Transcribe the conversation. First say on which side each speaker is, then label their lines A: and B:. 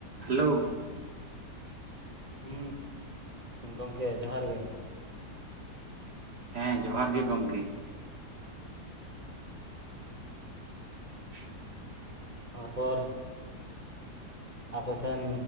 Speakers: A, on the right; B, on the right.
A: Hello.
B: ᱦᱩᱸ ᱜᱚᱝᱠᱮ ᱡᱚᱦᱟᱨ ᱜᱮ᱾
A: ᱦᱮᱸ ᱡᱚᱦᱟᱨ ᱜᱮ ᱜᱚᱝᱠᱮ᱾ ᱟᱪᱪᱷᱟ᱾
B: ᱛᱟᱯᱚᱨ ᱟᱯᱮᱥᱮᱱ